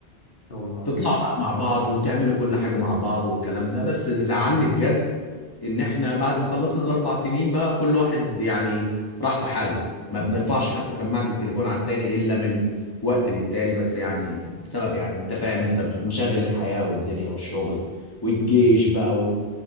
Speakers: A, on the left (about 55°); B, on the left (about 20°).
A: يا والله العظيم
B: تطلعوا بقى مع بعض وتعملوا كل حاجة مع بعض والكلام ده بس اللي زعلني بجد ان احنا بعد ما خلصنا الاربع سنين بقى كل واحد يعني راح في حاله ما بنرفعش حتى سماعة التليفون على التاني الا من وقت للتاني بس يعني بسبب يعني انت فاهم انت مش- مشاغل الحياة والدنيا والشغل والجيش بقى و...